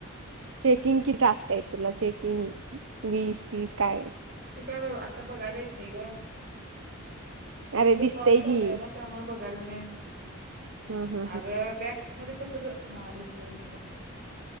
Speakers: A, on the right; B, on the right.
A: चेकिंग की टास्क आहेत तुला चेकिंग वीस तीस काय.
B: ते काय आता बघायला येत नाही ग
A: अरे
B: तुझ
A: दिसतेय
B: कॉल चालूय
A: की
B: ना त्यामुळे बघायला नाही
A: ह ह
B: अग
A: ह
B: बॅक मध्ये कस हास दि